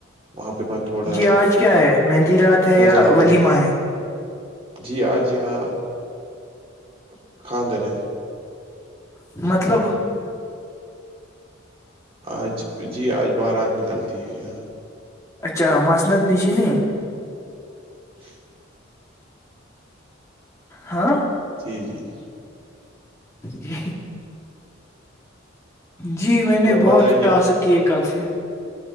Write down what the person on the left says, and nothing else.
جی آج کیا ہے مہندی رات ہے
یا ولیمہ
ہے
مطلب
اچھا مسند نش نہیں
ہاں
جی جی میں نے
بہت
ٹاسک کیے کل سے